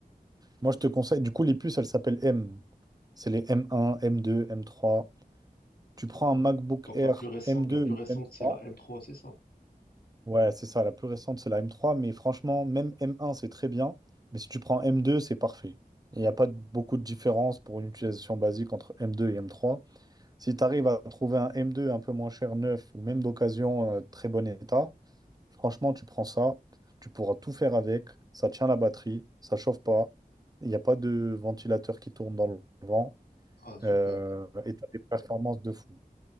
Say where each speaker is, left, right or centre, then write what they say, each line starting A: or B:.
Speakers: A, on the right; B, on the left.
A: Moi, je te conseille, du coup, les puces, elles s'appellent M. C'est les M1, M2, M3. Tu prends
B: d'accord.
A: un MacBook
B: Donc
A: Air
B: la plus récente,
A: M2,
B: la plus récente
A: M3.
B: c'est la M3, c'est ça?
A: Ouais, c'est ça, la plus récente, c'est la M3, mais franchement, même M1, c'est très bien, mais si tu prends M2, c'est parfait. Il n'y a pas de- beaucoup de différence pour une utilisation basique entre M2 et M3. Si tu arrives à trouver un M2 un peu moins cher, neuf, ou même d'occasion, euh, très bon état, franchement, tu prends ça, tu pourras tout faire avec, ça tient la batterie, ça chauffe pas, il n'y a pas de ventilateur qui tourne dans le vent,
B: Ah super,
A: euh, et tu as des performances de fou.